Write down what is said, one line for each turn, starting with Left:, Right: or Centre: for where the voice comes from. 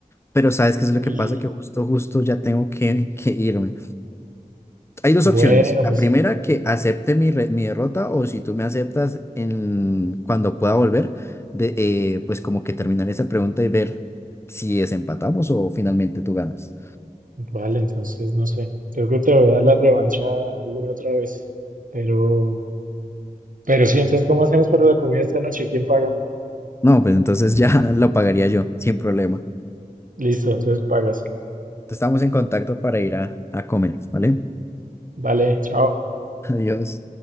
Left: pero ¿sabes qué es lo que
Right: Y
Left: pasa? Que justo, justo ya tengo que, que irme. Hay dos
Right: bueno,
Left: opciones. La
Right: pues
Left: primera, que acepte mi, re- mi derrota o si tú me aceptas en, cuando pueda volver, de, eh, pues como que terminar esa pregunta y ver si desempatamos o finalmente tú ganas.
Right: vale, entonces no sé. Creo que te voy a dar la revancha alguna otra vez. Pero, pero sí, entonces, ¿cómo hacemos para la comida esta noche? ¿Quién paga?
Left: No, pues entonces ya <laughs> lo pagaría yo, sin problema.
Right: Listo, entonces pagas.
Left: Estamos en contacto para ir a, a comer, ¿vale?
Right: Vale, chao.
Left: <laughs> Adiós.